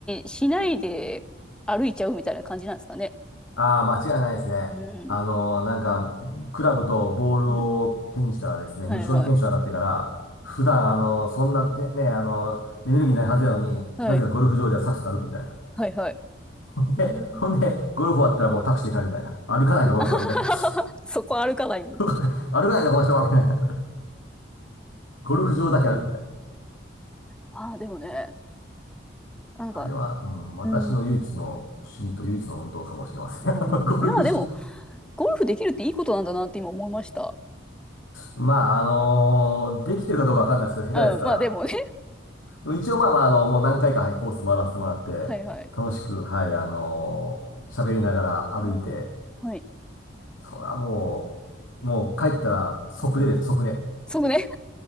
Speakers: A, in the centre; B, on the left.
A: しないで歩いちゃうみたいな感じなんですかね。
B: ああ、間違いないですね。
A: うん。
B: あのーなんか、クラブとボールを手にしたらですね、
A: うん。はいはい。
B: 無性にテンション上がってから、普段、あのーそんなて、ね、あのーエネルギーないはずやのに、
A: はい。
B: なぜかゴルフ場ではサクサク歩くみたいな。
A: はいはい。
B: <laughs> で、
A: うん。
B: ほんで、ゴルフ終わったらもうタクシーで帰るみたいな。歩かないんだこの人は、
A: <laughs>
B: みたいな。<laughs>
A: そこは歩かない。<laughs>
B: 歩かないんだ、この人は、みたいな。ゴルフ場だけ歩くみたいな。
A: ああ、でもね、なんか、
B: あれは、うん、私の唯一の趣味と唯一の運動かもしれません。
A: うん、うん、
B: <laughs> ゴルフ場。
A: いや、でも、ゴルフできるっていいことなんだなって今思いました。
B: まあ、あのーできてるかどうかわかんないですけど、下手ですから。
A: うん、まあでもね。
B: でも一応まあまあ、あの、もう何回か、
A: うん。
B: はい、コース回らせてもらって、
A: はいはい。
B: 楽しく、はい、あのー喋りながら歩いて、
A: うん。はい。
B: そらもう、もう帰ったら即寝です、
A: うん。
B: 即寝。
A: そうね。